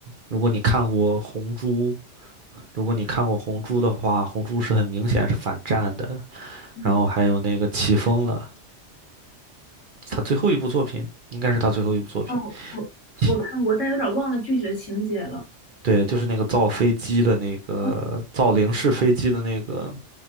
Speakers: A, on the right; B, on the left.
A: 如果你看过《红猪》，如果你看过《红猪》的话，《红猪》是很明显是反战的。
B: 嗯，
A: 然后还有那个起风了，他最后一部作品应该是他最后一部作品，
B: 哦，我我看过，
A: <laughs>
B: 但有点忘了具体的情节了。
A: 对，就是那个造飞机的那个造零式飞机的那个。
B: 哦，